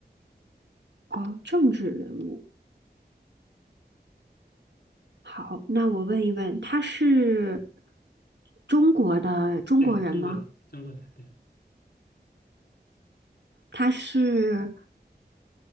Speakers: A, on the right; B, on the left.
A: 哦，政治人物。好，那我问一问，他是中国的中国人吗？
B: 对，中国的中国的，对，
A: 他是